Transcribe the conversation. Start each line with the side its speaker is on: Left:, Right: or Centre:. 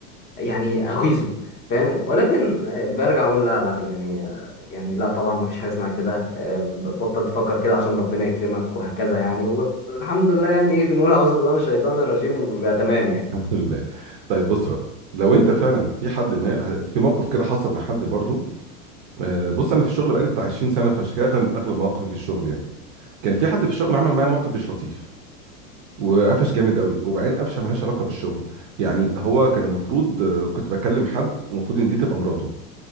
Left: يعني اغيظه فاهم ولكن آه، برجع اقول لا لا يعني آه، يعني لا طبعا ما فيش حاجه اسمها كده آه، ب- بطل تفكر كده عشان ربنا يكرمك وهكذا يعني والحمد لله يعني ايه بنقول اعوذ بالله من الشيطان الرجيم وبيبقى تمام
Right: <laughs>
Left: يعني
Right: الحمد لله طيب بص بقى لو انت فعلا في حد ما في موقف كده حصل مع حد برضو آه، بص انا في الشغل بقالي بتاع 20 سنه فعشان كده اغلب أغلب مواقفي في الشغل يعني كان في حد في الشغل عمل معايا موقف مش لطيف وقفش جامد قوي وبعدين قفشه ملهاش علاقه بالشغل يعني هو كان المفروض آه، كنت بكلم حد ومفروض ان دي تبقى مراته